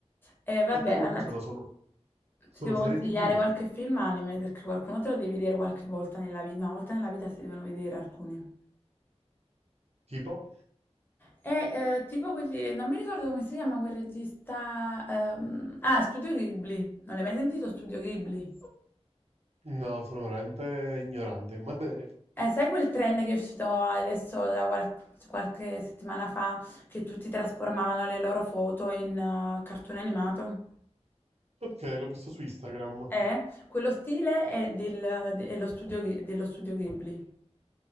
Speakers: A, on the left (about 20°); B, on the right (about 65°).
A: E vabbè,
B: E poi come
A: alla-
B: funziona? Sono, sono
A: ti devo
B: serie
A: consigliare
B: TV?
A: qualche film anime perché qualcuno te lo devi vedere qualche volta nella vita, una volta nella vita si devono vedere alcuni.
B: Tipo?
A: E eh, tipo quelli, non mi ricordo come si chiama quel regista... ehm, Ah, Studio Ghibli. Non l'hai mai sentito Studio Ghibli?
B: No, sono veramente ignorante in materia.
A: Eh, sai quel trend che è uscito adesso da qual- qualche settimana fa che tutti trasformavano le loro foto in eh, cartone animato?
B: Ok, l'ho visto su Instagram.
A: Eh, quello stile è, del, de- è lo studio, Ghi- dello studio Ghibli.